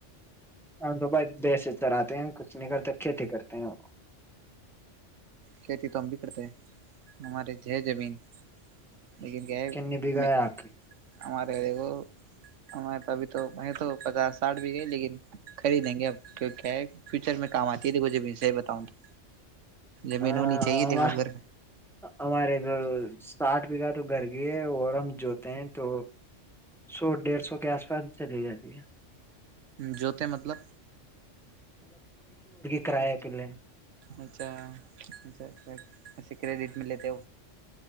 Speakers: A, in the centre; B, on the right.
A: ہم تو بھائی بیس چراتے ہیں کچھ نہیں کرتے کھیتی کرتے ہیں وہ
B: کھیتی تو ہم بھی کرتے ہیں ہمارے ہے زمین لیکن کیا ہے
A: کنی بگا
B: میں
A: ہے آخری
B: ہمارے دیکھو ہمارے ابھی تو تو پچاس ساٹھ بھی گئے لیکن خریدیں گے اب کی کیا ہے فیوچر میں کام آتی ہے دیکھب سے ہی بتاؤں تو زمین
A: ہاں
B: ہونی چاہیے دیکھو گھر
A: ہمار تو ساٹھ بیگھہ تو گھر گ ہے اور ہم جوتے ہیں تو سو ڈیڑھ سو کے آس پاس چلی جاتی ہے
B: جوتے مطلب
A: کرا پہلے
B: اچھا اچھا اچھا کریڈٹ ملے تھے